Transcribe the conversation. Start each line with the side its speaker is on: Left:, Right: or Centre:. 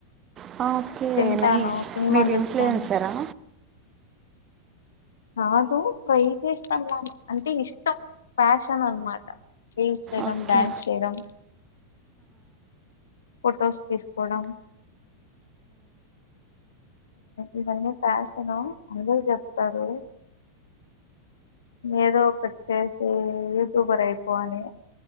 Right: హ ఓకే
Left: తింటాను
Right: నైస్
Left: సినిమా
Right: మీరు
Left: చూస్తాను
Right: ఇంట్లో ఏసారా
Left: రాదు ట్రై చేస్తానుకాని అంటే ఇష్టం ప్యాషన్ అనమాట యడం
Right: ఓకే
Left: డ్యాన్స్ చేయడం ఫొటోస్ తీసుకోడం ఇవన్నీ ఫ్యాషనా అందర చెప్తారు ఏదో ఒకటి చేసి యూట్యూబర్ అయిపో అని